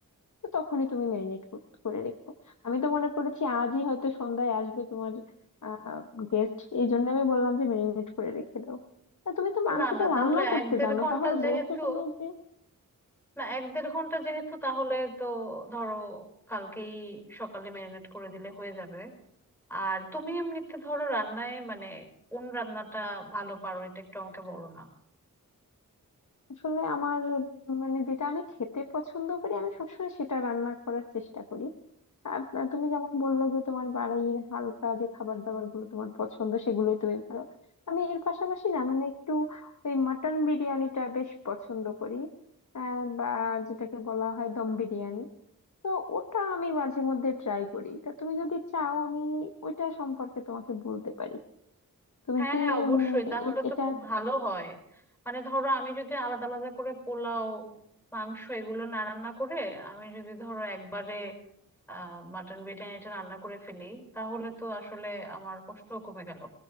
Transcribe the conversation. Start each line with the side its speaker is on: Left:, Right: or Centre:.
Left: তো তখনই তুমি মেরিনেট করে রেখো আমি তো মনে করেছি আজই হয়তো সন্ধ্যায় আসবে তোমার আহ গেস্ট এই জন্য আমি বললাম যে মেরিনেট করে রেখে দাও তা তুমি তো
Centre: ও
Left: মাংসটা
Centre: না না তাহলে
Left: রান্না করতে
Centre: এক দেড়
Left: জানো
Centre: ঘন্টা
Left: তাহলে
Centre: যেহেতু
Left: বলছো কেন যে
Centre: না এক দেড় ঘন্টা যেহেতু তাহলে তো ধরো কালকেই সকালে ম্যারিনেট করে দিলে হয়ে যাবে আর তুমি এমনিতে ধরো রান্নায় মানে কোন রান্নাটা ভালো পারো এটা একটু আমাকে বলো না
Left: আসলে আমার মানে যেটা আমি খেতে পছন্দ করি আমি সবসময় সেটা রান্না করার চেষ্টা করি আর তুমি যেমন বললে যে তোমার বাড়ির হালকা যে খাবার দাবার গুলো তোমার পছন্দ সেগুলোই তুমি পারো আমি এর পাশাপাশি না মানে একটু ওই মাটন বিরিয়ানিটা বেশ পছন্দ করি আহ, বা যেটাকে বলা হয় দম বিরিয়ানি তো ওটা আমি মাঝে মধ্যে ট্রাই করি তা তুমি যদি চাও আমি ওইটা সম্পর্কে তোমাকে বলতে পারি তুমি
Centre: হ্যাঁ
Left: কি
Centre: হ্যাঁ অবশ্যই
Left: উম,
Centre: তাহলে
Left: এ-
Centre: তো
Left: এটা
Centre: খুব ভালো হয় মানে ধরো আমি যদি আলাদা আলাদা করে পোলাও মাংস এগুলো না রান্না করে আমি যদি ধরো একবারে আহ মাটন বিরিয়ানিটা রান্না করে ফেলি তাহলে তো আসলে আমার কষ্ট কমে গেল